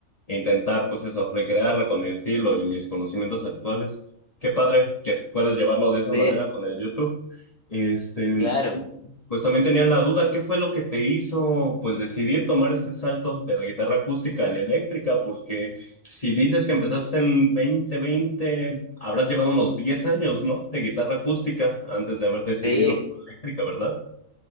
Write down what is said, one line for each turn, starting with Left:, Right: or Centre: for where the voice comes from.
Left: e intentar, pues eso, recrearla con mi estilo y mis conocimientos actuales. Qué padre que puedas llevarlo de esa
Right: sí,
Left: manera con el YouTube. Este,
Right: claro,
Left: pues también tenía la duda, ¿qué fue lo que te hizo pues decidir tomar ese salto de la guitarra acústica a la eléctrica? Porque si dices que empezaste en 2020, habrás llevado unos 10 años, ¿no? De guitarra acústica antes de haber decidido
Right: sí.
Left: por la eléctrica, ¿verdad?